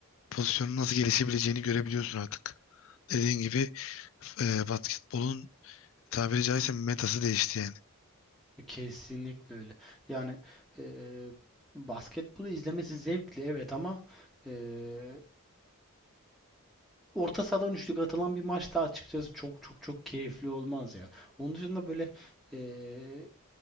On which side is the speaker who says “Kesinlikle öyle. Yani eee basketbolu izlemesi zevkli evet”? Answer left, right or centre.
Centre